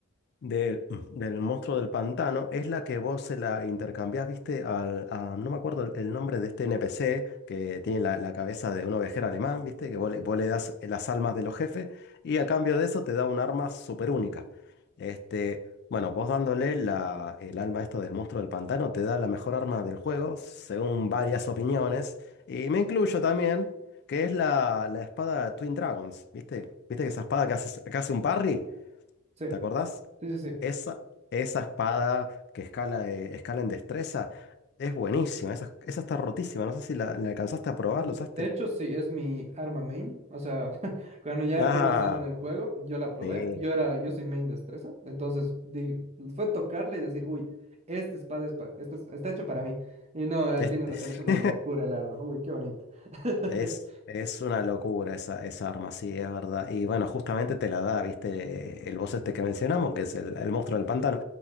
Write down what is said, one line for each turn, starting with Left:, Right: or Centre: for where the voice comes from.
Left: del, del monstruo del pantano es la que vos se la intercambiás, viste, al, a- no me acuerdo el el nombre de este NPC que tiene la, la cabeza de un ovejero alemán, viste, que vos le, vos le das las almas de los jefes y a cambio de eso te da un arma súper única. Este, bueno, vos dándole la, el alma esta del monstruo del pantano te da la mejor arma del juego, según varias opiniones, y me incluyo también, que es la, la espada Twin Dragons, viste, viste que esa espada que hace, que hace un parry.
Right: Sí,
Left: ¿Te acordás?
Right: sí, sí. sí.
Left: Esa, esa espada que escala, eh, escala en destreza es buenísima. Esa, esa está rotísima. No sé si la, la alcanzaste a
Right: De
Left: probar, ¿la usaste?
Right: hecho, sí, es mi arma main. O sea, <laughs> cuando ya
Left: Ah,
Right: fui avanzando en el juego, yo la probé.
Left: sí.
Right: Yo era, yo soy main destreza. Entonces di- fue tocarla y decir, uy, esta espada es pa- esta es- está hecho para mí. Y no, eh,
Left: Este,
Right: tienes razón,
Left: <laughs>
Right: es una
Left: sí.
Right: locura el arma. Uy, qué bonito. <laughs>
Left: Es, es una locura esa, esa arma, sí, es verdad. Y bueno, justamente te la da, ¿viste? El boss este que mencionamos, que es el, el monstruo del pantano.